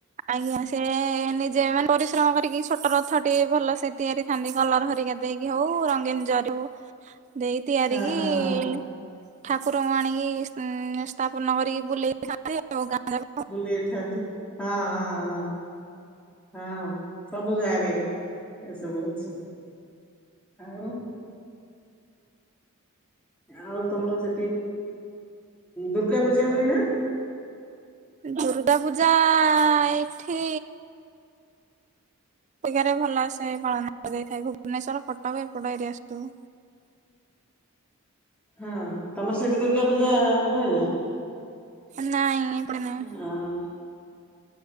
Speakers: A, on the right (about 30°); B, in the centre.
A: ଆଜ୍ଞା, ସେ-ଏ ନିଜେମାନେ ପରିଶ୍ରମ କରିକି ଛୋଟ ରଥ ଟିଏ, ଭଲ ସେ ତିଆରି ଥାଆନ୍ତି, କଲର ହରିକା ଦେଇକି ହଉ, ରଙ୍ଗୀନ୍ ଜରୁ ଦେଇ ତିଆରିିକି-ଇଁ
B: ହଁ ହଁ ହଁ
A: ଠାକୁରଙ୍କୁ ଆଣିକି ଇଁ ସ୍ଥାପନ କରିକି ବୁଲେଇଥାନ୍ତି ଆଉ, ଗାଁ ଯାକ
B: ବୁଲେଇଥାନ୍ତି, ହଁ ହଁ ହଁ। ହଁ, ସବୁ ଗାଁରେ ଏସବୁ ଅଛି। ଆଉ ଆଉ ତମର ସେଠି ଦୁର୍ଗା ପୂଜା ହୁଏ ନା?
A: ଦୁର୍ଗା ପୂଜା-ଆ-ଆଁ ଏଠି ଏଠିକାରେ ଭଲସେ ପାଳନ କରାଯାଇଥାଏ। ଭୁବନେଶ୍ୱର, କଟକ, ଏପଟ ଏରିଆ ସବୁ।
B: ହଁ, ତମର ସେଠି ଦୁର୍ଗା ପୂଜା ହଏ ନା?
A: ନାଇଁ। ଏପଟେ ନାଇଁ
B: ହଁ,